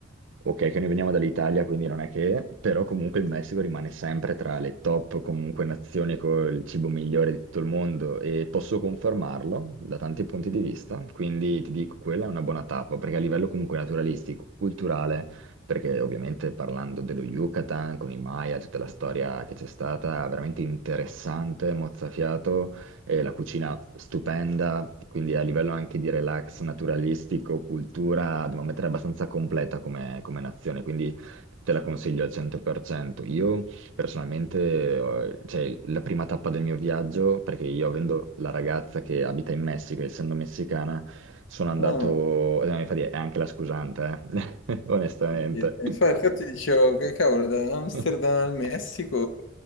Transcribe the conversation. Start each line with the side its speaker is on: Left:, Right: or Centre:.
Right: Ok, che noi veniamo dall'Italia, quindi non è che, però comunque il Messico rimane sempre tra le top comunque nazioni con il cibo migliore di tutto il mondo e posso confermarlo da tanti punti di vista, quindi ti dico quella è una buona tappa perché a livello comunque naturalistico, culturale, perché ovviamente parlando dello Yucatan con i Maya, tutta la storia che c'è stata, veramente interessante, mozzafiato eh, la cucina stupenda, quindi a livello anche di relax naturalistico, cultura, dobbiamo mettere abbastanza completa come, come nazione, quindi te la consiglio al 100%. Io personalmente, eh, cioè, la prima tappa del mio viaggio, perché io avendo la ragazza che abita in Messico, essendo messicana, sono andato,
Left: Ah, ho
Right: eh, infatti è anche la scusante, eh, <laughs> onestamente.
Left: capito. Infa- Infatti dicevo che cavolo, da Amsterdam
Right: <laughs>
Left: al Messico